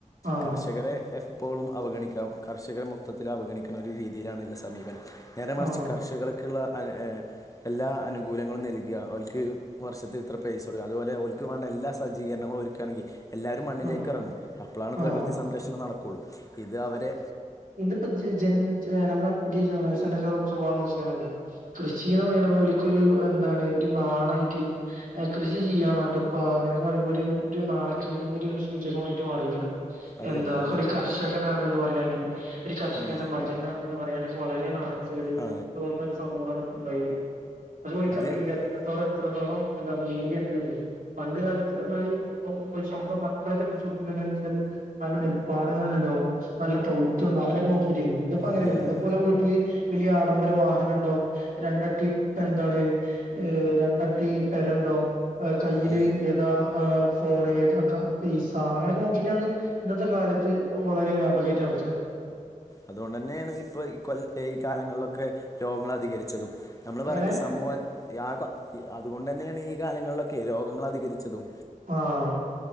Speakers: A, on the right (about 80°); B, on the left (about 25°).
A: ആഹ്
B: കർഷകരെ ഇപ്പോളും അവഗണിക്കാം കർഷകരെ മൊത്തത്തിൽ അവഗണിക്ക്ന്ന ഒരു രീതിയിലാണല്ല സമീപം ന്നേരെ മറ്ച്ച്
A: ആഹ്
B: കർഷകള്ക്ക്ള്ള <unintelligible> എല്ലാ അനുകൂലങ്ങളും നൽകഓല്ക്ക് വർഷത്തി ഇത്ര പൈസ കൊടുക് അതുപോലെ ഓല്ക്ക് വേണ്ട എല്ലാ സജീരണങ്ങളും ഒര്ക്കാണെങ്കി എല്ലാരും മണ്ണിലേക്ക്
A: ആഹ്
B: എറങ്ങും അപ്പളാണ്
A: ആഹ്
B: പ്രകൃതി സംരക്ഷണം നടക്കൊള്ളൂ ഇത് അവരെ
A: ഇതിപ്പ ജ ജൻ നമ്മുടെ പുതിയ ജനറേഷന്റെക്കെ സ്വഭാവം നോക്കിയ മതി കൃഷിന്ന് പറ്യണ്ത് ഒലിക്കൊരു എന്താണ് നാണയിറ്റ് കൃഷി ചെയ്യാണോന്റെപ്പ അങ്ങനെയൊക്കെ പറയുമ്പോ ഒര് ഒര് നാണക്കേട് സൂചകമായിട്ട് മാറീക്ക്ണ്.
B: അതെ
A: എന്താ
B: അതെ അങ്ങനെ
A: ക്കൊരു കർഷകനാണ്ന്ന് പറയാന് ഒരു കർഷകന്റെ
B: ഉം.
A: മകനാ ണ്ന്ന് പറയാന്... വളരെ നാണക്കേട്
B: ആ
A: തോന്നുന്ന ഒരു സമൂഹാണ് ഇപ്പ ഇണ്ടായര്ന്നെ പക്ഷെ ഓലിക്കറീല്ല
B: അത്
A: <unintelligible> ഇത്രത്തോളം എന്താ മൂല്യണ്ട്ന്ന് ല്ലെഹ് പണ്ട് കാലത്ത് അറ്ഞ്ഞാല് <unintelligible> ശബതം മക്കളെ കെട്ടിച് കൊടുക്കുമ്ന്ന് <unintelligible> വെച്ചാല് നല്ല നെൽപ്പാടങ്ങള്ണ്ടോ നല്ല തൗതുണ്ടോ അങ്ങനൊക്കെ നോ ന്ന്പ്പോ അങ്ങനെല്ല
B: അതെ അതെ
A: ന്ന്പ്പോലെ വീട്ടില് വലിയ ആഡംബര വാഹനണ്ടോ? രണ്ടട്ടി എന്താണ് രണ്ടട്ടി പെരയുണ്ടോ? കയ്യില്
B: അതെ
A: ഏതാ ഫോണ് ഏതാ കാ പൈസ അങ്ങനെയൊക്കെ നോക്കിട്ടാണ് ഇന്നത്തെ കാലത്ത് വളരെ വ്യാപകായിട്ട നടക്കല്
B: അതുകൊണ്ടന്നെയാണ് ഇപ്പൊ ഈ കൊല്ല ഈ കാലങ്ങള്ലൊക്കെ രോഗങ്ങൾ അധികരിച്ചതും നമ്മള്
A: എങ്ങനെ
B: പറയുമ്പോ സമൂഹ <unintelligible> അതുകൊണ്ടെന്ന്യണ് ഈ കാലങ്ങളിലൊക്കെ രോഗങ്ങൾ അധികരിച്ചതും
A: ആഹ